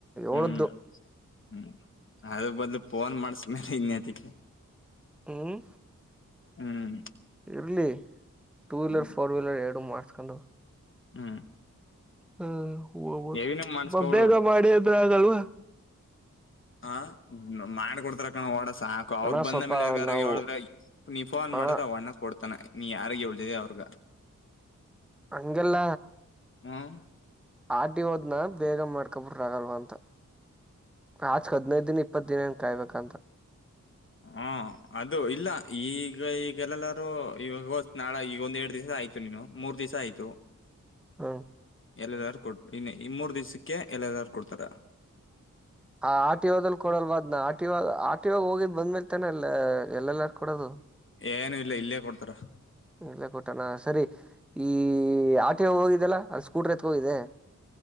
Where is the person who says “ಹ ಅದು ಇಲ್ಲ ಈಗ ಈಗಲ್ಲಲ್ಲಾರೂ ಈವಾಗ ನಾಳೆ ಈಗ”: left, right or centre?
Left